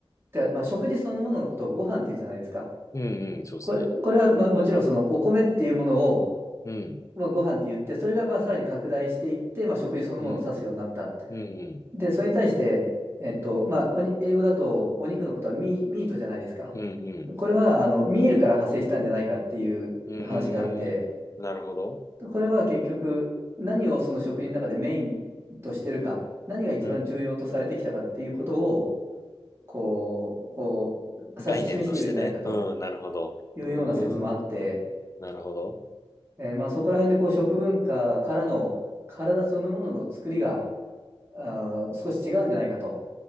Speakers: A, on the right (about 25°); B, on the left (about 35°).
A: てか、まあ、食事そのもののことをご飯って言うじゃないですか。
B: うん、うん、そうですね。
A: これ、これはまあもちろんそのお米っていうものを、
B: うん、
A: まあ、ご飯って言って、それがまあさらに拡大していって、まあ、食事そのものを指すようになった。
B: うん、うん、うん、
A: で、それに対して、えっと、まあ、おに、英語だとお肉のことはミ、ミートじゃないですか。
B: うん、うん。
A: これはあのミールから派生したんじゃないかっていう話があって、
B: うーん、なるほど。
A: これは結局何をその食事の中でメインとしてるか、何が一番重要とされてきたかっていうことを
B: うん。
A: こう、こう指し示しているんじゃないかと。
B: 概念としてね。うん、なるほど。
A: いうような説もあって、
B: うーん、なるほど。
A: えーまあ、そこら辺でこう食文化からの体そのものの作りがあー少し違うんじゃないかと